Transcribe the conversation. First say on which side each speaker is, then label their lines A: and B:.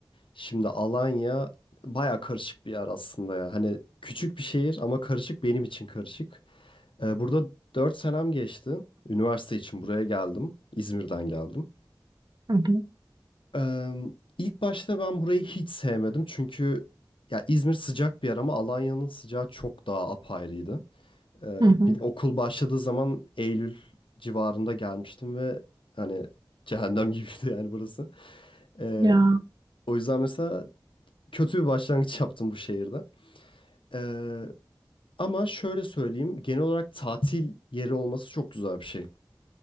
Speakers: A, on the left; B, on the right.
A: Şimdi Alanya baya karışık bir yer aslında ya. Hani küçük bir şehir ama karışık benim için karışık. Ee, burada 4 senem geçti. Üniversite için buraya geldim. İzmir'den geldim.
B: Hı hı.
A: Ee, ilk başta ben burayı hiç sevmedim. Çünkü ya İzmir sıcak bir yer ama Alanya'nın sıcağı çok daha apayrıydı. Ee,
B: Hı hı.
A: bir de okul başladığı zaman Eylül civarında gelmiştim ve hani cehennem gibiydi yani burası. Ee,
B: Ya
A: o yüzden mesela kötü bir başlangıç yaptım bu şehirde. Ee, ama şöyle söyleyeyim, genel olarak tatil yeri olması çok güzel bir şey.